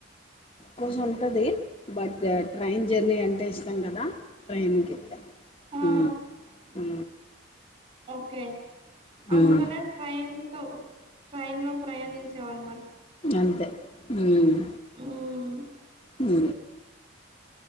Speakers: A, on the left; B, on the right.
A: కోసు ఉంటది బట్ ట్రైన్ జర్నీ అంటే ఇష్టం కదా ట్రైన్కి ఎక్కాను
B: ఆ
A: హమ్ హు
B: ఓకే
A: హ్మ్
B: అందుకనే ట్రైన్తో ట్రైన్లో ప్రయాణించామనమాట
A: అంతే హ్మ్
B: ఉహ్
A: హు